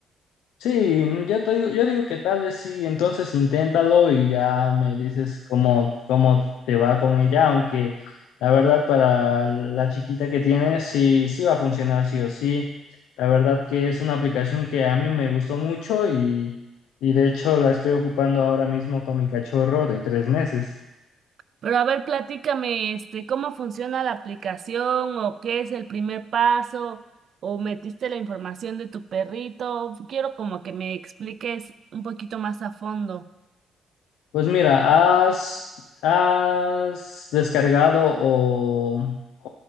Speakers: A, on the left; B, on the right.
A: Sí, mm, yo te digo, yo digo que tal vez sí, entonces inténtalo y ya me dices cómo, cómo te va con ella, aunque la verdad para la chiquita que tienes sí, sí va a funcionar sí o sí. La verdad que es una aplicación que a mí me gustó mucho y, y de hecho la estoy ocupando ahora mismo con mi cachorro de tres meses.
B: Pero a ver, platícame, este, cómo funciona la aplicación o qué es el primer paso o metiste la información de tu perrito. Quiero como que me expliques un poquito más a fondo.
A: Pues mira, ¿has, has descargado o, o,